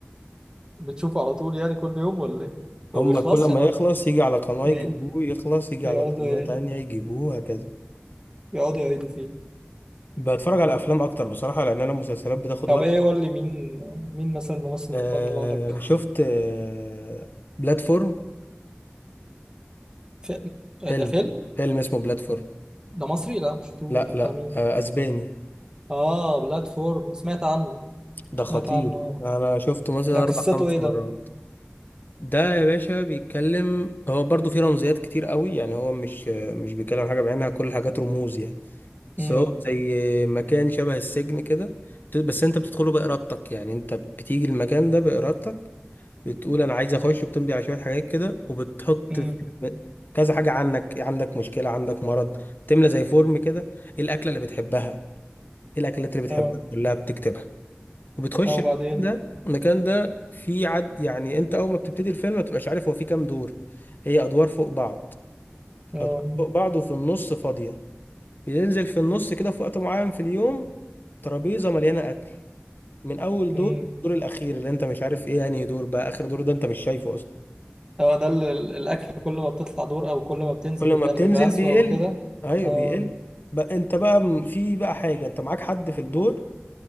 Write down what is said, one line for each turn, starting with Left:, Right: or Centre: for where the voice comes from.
Right: بتشوفه على طول يعني كل يوم ولا ايه ما
Left: هما
Right: بيخلصش
Left: كل ما
Right: يا
Left: يخلص
Right: عم
Left: يجي على قناة
Right: بي-
Left: يجيبوه يخلص يجي
Right: بيقعدوا
Left: على قناة تانية يجيبوه هكذا
Right: يقعدوا يعيدوا فيه
Left: بتفرج على أفلام أكتر بصراحة لأن أنا المسلسلات بتاخد
Right: طب
Left: وقت
Right: ايه قول لي مين مين مثلا الممثل
Left: آه
Right: المفضل عندك
Left: شفت آه بلاتفورم
Right: ف...
Left: فيلم
Right: ده فيلم
Left: فيلم اسمه بلاتفورم
Right: ده مصري لا مش شفتوش
Left: لا
Right: ده
Left: لا
Right: بتاع مين
Left: آه أسباني
Right: اه بلاتفورم سمعت عنه
Left: ده
Right: سمعت
Left: خطير
Right: عنه آه.
Left: أنا شفته مثلا
Right: ده قصته
Left: أربع خمس
Right: ايه ده
Left: مرات ده يا باشا بيتكلم هو برضو فيه رمزيات كتير قوي يعني هو مش مش بيتكلم عن حاجة بعينها كل الحاجات رموز يعني بس
Right: امم
Left: هو زي مكان شبه السجن كده بت- بس انت بتدخله بإرادتك يعني انت بتيجي المكان ده بإرادتك بتقول انا عايز اخش وبتمضي على شوية حاجات كده وبتحط
Right: امم
Left: في كذا حاجة عنك عندك مشكلة عندك مرض تملى زي فورم كده ايه الأكلة اللي بتحبها ايه الأكلات اللي بتحبها
Right: اه
Left: كلها بتكتبها وبتخش
Right: اه
Left: المكان
Right: وبعدين
Left: ده المكان ده فيه عد يعني انت اول ما بتبتدي الفيلم ما بتبقاش عارف هو فيه كام دور هي ادوار فوق بعض
Right: اه
Left: ادوار فوق بعض وفي النص فاضية بينزل في النص كده في وقت معين في اليوم ترابيزة مليانة أكل من أول
Right: امم
Left: دور الدور الأخير اللي أنت مش عارف إيه يعني دور بقى آخر دور ده أنت مش شايفه أصلا
Right: هو ده ال- ال- الاكل كل ما بتطلع دور او كل ما بتنزل
Left: كل ما
Right: بتهيألي
Left: بتنزل
Right: بيبقى اسوأ
Left: بيقل
Right: وكده
Left: أيوه
Right: اه
Left: بيقل بقى أنت بقى م- في بقى حاجة أنت معاك حد في الدور